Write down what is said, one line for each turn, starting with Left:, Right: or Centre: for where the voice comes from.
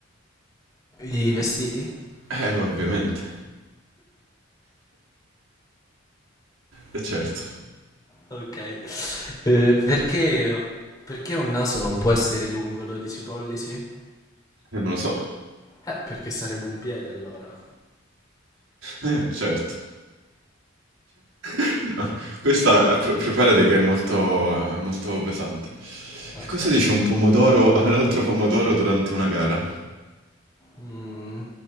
Left: i vestiti?
Right: Eh, ovviamente. Eh, certo.
Left: Ok. Eh, perché, perché un naso non può essere lungo 12 pollici?
Right: Eh, non lo so.
Left: Eh, perché sarebbe un piede allora.
Right: Eh, certo. <laughs> No, questa eh, pre- preparati che è molto, eh, molto pesante.
Left: Ok.
Right: Che cosa dice un pomodoro <laughs> a un altro pomodoro durante una gara?
Left: Mm,